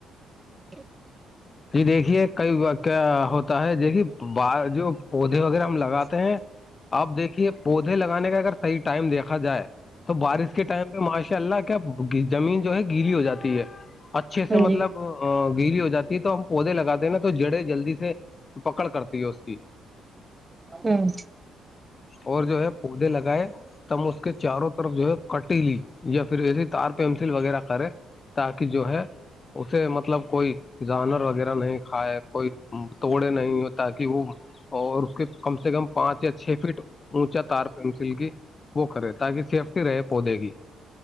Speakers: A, on the right (about 20°); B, on the left (about 35°).
A: ج
B: ج دیکھیے کئی کیا ہوتا ہے دیکھیے ب جو پودے وغیرہ ہم لگاتے ہیں آپ دیکھیے پودے لگانے کا اگر صحیح ٹائم دیکھا جائے تو بارش کے ٹائم پہ ماشاء اللہ کیا زمین جو ہے گیلی ہو جاتی ہے اچھے سے
A: ہاں
B: مطلب
A: جی
B: گیری ہو جاتی تو ہم پودے لگاتے ہیں نا تو جڑے جلدی سے پکڑ کرتی ہے اس کی
A: ہوں
B: اور جو ہے پودے لگائے تم اس کے چاروں طرف جو ہے کٹی لی یا پھر ایسے تار پینسل وغیرہ کرے تاکہ جو ہے اسے مطلب کوئی جانور وغیرہ نہیں کھائے کوئی توڑے نہیں ہو تاکہ وہ اور اس کے کم سے کم پانچ یا چھ فٹ اونچا تار پینسل کی وہ کرے تاکہ سیفٹی رہے پودے کی